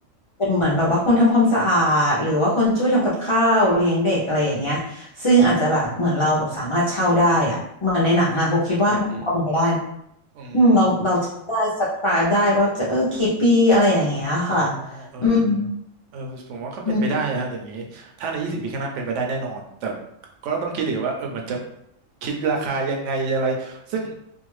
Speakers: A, on the left (about 45°); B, on the right (about 70°).
A: เป็นเหมือนแบบว่าคนทำความสะอาดหรือว่าคนช่วยทำกับข้าวเลี้ยงเด็กอะไรอย่างเงี้ยซึ่งอาจจะแบบเหมือนเราแบบสามารถเช่าได้อะเหมือนในหนังอะโบคิดว่ามันมีความเป็นไปได้
B: อืมอืมอืมโอ้อืมอืม
A: อืมเราเราจะได้ subscribe ได้ว่าจะเออกี่ปีอะไรอย่างเงี้ยค่ะ
B: อ๋อเออเออ
A: อืม
B: เออผมว่าก็เป็นไปได้นะฮะอย่างนี้ถ้าในยี่สิบปีข้างหน้าเป็นไปได้แน่นอนแต่
A: อืม
B: ก็ต้องคิดอีกว่าเออมันจะคิดราคายังไงอะไรซึ่ง